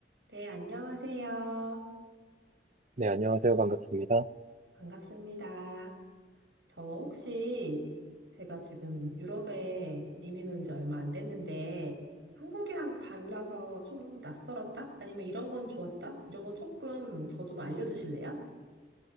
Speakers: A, on the right; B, on the right.
A: 네, 안녕하세요.
B: 네, 안녕하세요. 반갑습니다.
A: 반갑습니다. 저 혹시 제가 지금 유럽에 이민 온 지 얼마 안 됐는데 한국이랑 달라서 좀 낯설었다? 아니면 이런 건 좋았다? 이런 거 조금 저 좀 알려주실래요?